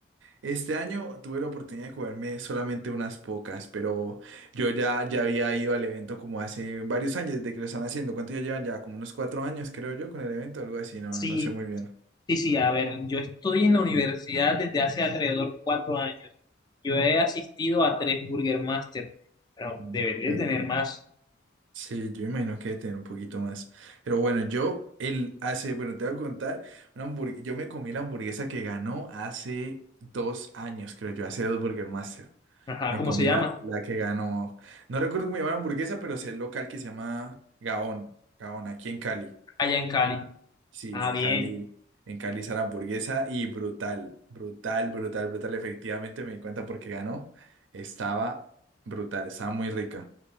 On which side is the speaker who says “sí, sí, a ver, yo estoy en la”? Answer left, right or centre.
Left